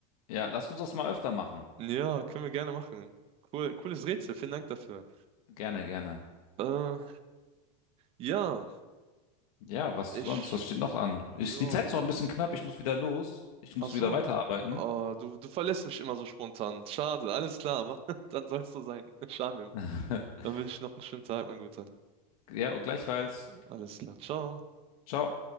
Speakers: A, on the left; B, on the right.
A: ja, lass uns das mal öfter machen.
B: Ja, können wir gerne machen. Cool, cooles Rätsel, vielen Dank dafür.
A: Gerne, gerne.
B: Äh, ja,
A: Ja, was
B: ich,
A: sonst? Was steht noch an?
B: ja,
A: Ich, die Zeit ist
B: sonst,
A: auch ein bisschen knapp. Ich muss wieder los. Ich muss
B: ach so,
A: wieder weiterarbeiten.
B: oh, du, du verlässt mich immer so spontan. Schade, alles klar, aber <laughs> dann soll es so sein. <laughs> Schade,
A: <laughs>
B: dann wünsche ich noch einen schönen Tag, mein Guter.
A: Ja, und gleichfalls.
B: Alles klar, ciao.
A: Ciao.